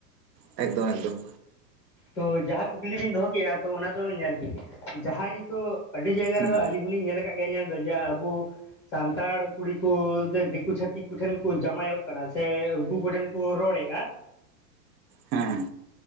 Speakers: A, on the right; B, on the left.
A: ᱮᱠᱫᱚᱢ ᱮᱠᱫᱚᱢ᱾
B: ᱛᱚ ᱡᱟᱦᱟᱸ ᱠᱩᱠᱞᱤ ᱵᱤᱱ ᱫᱚᱦᱚ ᱠᱮᱜ-ᱟ ᱛᱚ ᱚᱱᱟ ᱫᱚ ᱧᱮᱞ ᱵᱤᱱ ᱡᱟᱦᱟᱧ ᱛᱚ, ᱟᱹᱰᱤ ᱡᱟᱭᱜᱟ
A: ᱦᱮᱸ
B: ᱨᱮᱦᱚᱸ ᱟᱹᱞᱤᱧ ᱦᱚᱸᱞᱤᱧ ᱧᱮᱞ ᱠᱟᱫ ᱜᱮᱭᱟ ᱧᱮᱞᱫᱚ ᱡᱮ ᱟᱵᱚ ᱥᱟᱱᱛᱟᱲ ᱠᱩᱲᱤ ᱠᱚ ᱫᱮ ᱫᱤᱠᱩ ᱪᱷᱟᱹᱛᱤᱠ ᱠᱚᱴᱷᱮᱱ ᱠᱚ ᱡᱟᱶᱟᱭᱚᱜ ᱠᱟᱱᱟ ᱥᱮ ᱩᱝᱠᱩ ᱠᱚ ᱴᱷᱮᱱ ᱠᱚ ᱨᱚᱲᱮᱜ-ᱟ
A: ᱦᱮᱸ